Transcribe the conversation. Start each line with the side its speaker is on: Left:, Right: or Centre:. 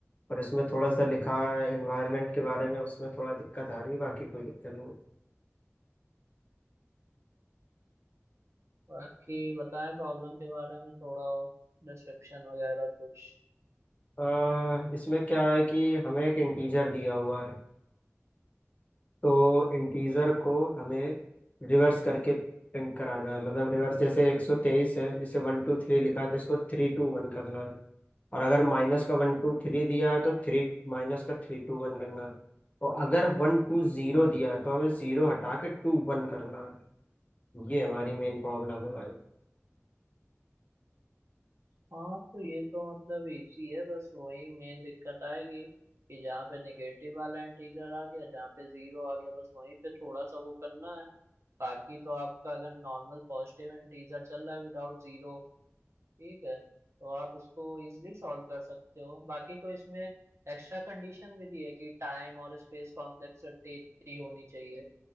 Left: और इसमें थोड़ा सा लिखा है एनवायरनमेंट के बारे में उसमें थोड़ा दिक्कत आ रही है बाकी कोई दिक्कत नहीं है।
Right: बाकी बताएं प्रॉब्लम के बारे में थोड़ा और डिस्क्रिप्शन वगैरह कुछ
Left: अ, इसमें क्या है कि हमें एक इंटीजर दिया हुआ है तो इंटीजर को हमें रिवर्स करके प्रिंट कराना है मतलब रिवर्स जैसे 123 है इसे वन टू थ्री लिखा है तो इसको थ्री टू वन करना है और अगर माइनस का वन टू थ्री दिया है तो थ्री माइनस का थ्री टू वन करना है और अगर वन टू जीरो दिया है तो हमें जीरो हटा के टू वन करना है ये हमारी मेन प्रॉब्लम है
Right: हाँ तो ये तो मतलब इजी है बस वही मेन दिक्कत आएगी कि जहाँ पे निगेटिव वाला इंटीजर आ गया जहाँ पे जीरो आ गया बस वहीं पे थोड़ा सा वो करना है बाकी तो आपका अगर नॉर्मल पॉजिटिव इंटीजर चल रहा है विदाउट जीरो ठीक है तो आप इसको इजिली सॉल्व कर सकते हो बाकी कोई इसमें एक्स्ट्रा कंडीशन भी दी है कि टाइम और स्पेस कॉम्प्लेक्सिटी होनी चाहिए